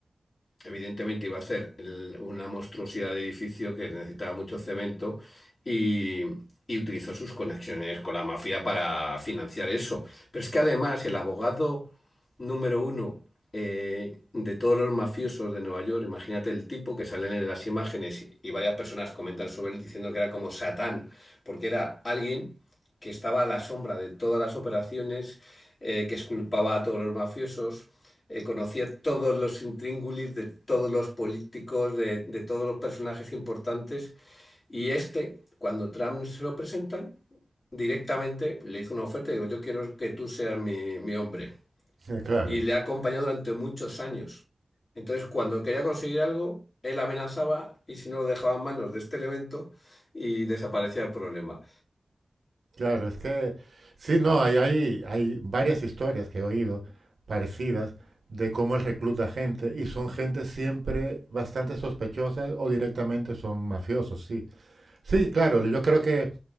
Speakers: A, on the left (about 45°); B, on the right (about 75°).
A: Evidentemente iba a ser el- una monstruosidad de edificio que necesitaba mucho cemento y, y utilizó sus conexiones con la mafia para financiar eso. Pero es que además el abogado número uno eh, de todos los mafiosos de Nueva York, imagínate el tipo que salen en las imágenes y, y varias personas comentan sobre él diciendo que era como Satán, porque era alguien que estaba a la sombra de todas las operaciones, eh, que exculpaba a todos los mafiosos, eh, conocía todos los intríngulis de todos los políticos, de, de todos los personajes importantes. Y este, cuando Trump se lo presentan, directamente le hizo una oferta y digo, yo quiero que tú seas mi, mi hombre.
B: <laughs> claro.
A: Y le ha acompañado durante muchos años. Entonces, cuando quería conseguir algo, él amenazaba y si no lo dejaba en manos de este elemento y desaparecía el problema.
B: Claro, es que sí, no, hay, hay, hay varias historias que he oído parecidas de cómo él recluta gente y son gente siempre bastante sospechosa o directamente son mafiosos, sí. Sí, claro, yo creo que